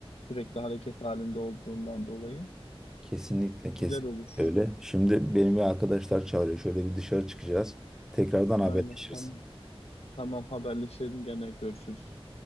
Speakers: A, on the left; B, in the centre.
A: sürekli hareket halinde olduğundan dolayı.
B: Kesinlikle kesinlikle
A: Güzel olur.
B: öyle. Şimdi benim bir arkadaşlar çağırıyor. Şöyle bir dışarı çıkacağız. Tekrardan haberleşiriz.
A: Aynen tamam. Tamam haberleşelim gene görüşürüz.